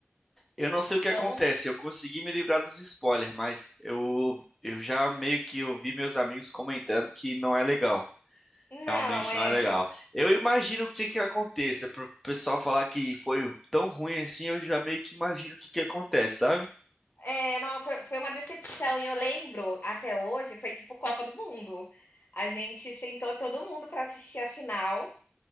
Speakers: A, in the centre; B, on the left.
A: Eu não sei o que
B: Então,
A: acontece, eu consegui me livrar dos spoilers, mas eu, eu já meio que ouvi meus amigos comentando que não é legal.
B: não,
A: Realmente
B: é,
A: não é legal.
B: foi,
A: Eu imagino o que que aconteça. Pro pessoal falar que foi tão ruim assim, eu já meio que imagino o que que acontece, sabe?
B: é, não, foi, foi uma decepção. E eu lembro, até hoje, foi tipo Copa do Mundo. A gente sentou todo mundo para assistir a final